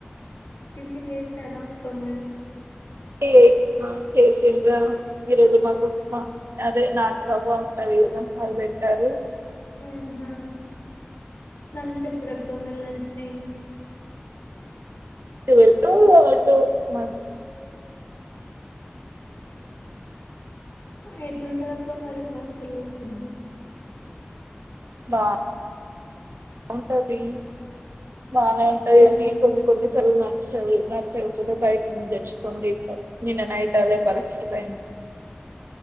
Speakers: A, on the left; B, on the right.
A: టిఫిన్ చేసారా అక్క మరి.
B: అంటే అ చేసీన్ల్ల ఇ రోజు మాకు ఉక్మ అదే నాటరవ్వ ఉంటంది. ఏమ్ ఆహాలు పెట్టారు.
A: ఆహా లంచ్ ఎప్పుడక్క, మరి లంచ్ టైమింగ్స్.
B: టువెల్ టు ఓ వన్ టు మాకి.
A: ఎట్లుంటందక్క మరి హాస్టల్ ఫుడ్డు.
B: బా ఉంటది బానే ఉంటది
A: ఉహు
B: గాని కొన్ని కొన్ని చదివిన. సారీ నచ్చకపోతే, బయటి ను దేచ్చుకోనీ దింట, నిన్న నైట్ అదే పరిస్థితి అయి.